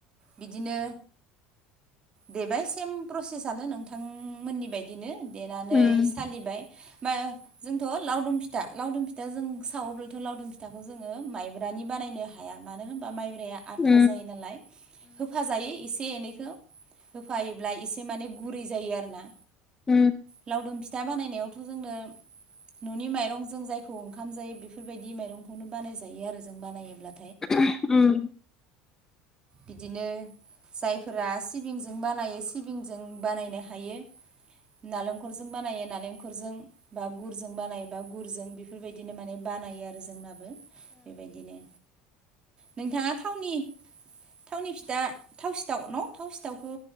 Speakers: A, on the right; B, on the left.
A: बिदिनो। देबाइ सेम प्रसेसनो नोंथांमोननि बायदिनो। देनानै
B: उम
A: सालिबाय। जोंथ' लावदुम फिथा लावदुम फिथा जों सावोब्लाथ' लावदुम फिथा। फिथाखौ जोङो माइब्रानि बानायनो हाया मानो होनबा माइब। या आथा
B: उम
A: जायो नालाय होफा जायो एसे एनैखौ होफायोब्ला एसे माने। गुरै जायो आरो ना
B: उम
A: लावदुम फि। फिथा बानायनायावथ' जोंनो न'नि माइरंजों जायखौ ओंखाम जायो बेफोरबायदि माइरंखौ। बेखौनो बानाय जायो आरो जों बानायनायोब्ला।
B: उम <unintelligible>
A: बिदिनो। जायफोरा सिबिंजों बानायो सिबिंजों बानायनो हायो। नालेंखरजों बानायो नालेंखरजों बा गुरजों बानायो बा गुरजों बेफोरबायदिनो माने बा। बानायो आरो जोंनाबो बेबायदिनो नोंथाङा थावनि। थावनि फिथा थाव सिथाव न' थाव सिथावखौ।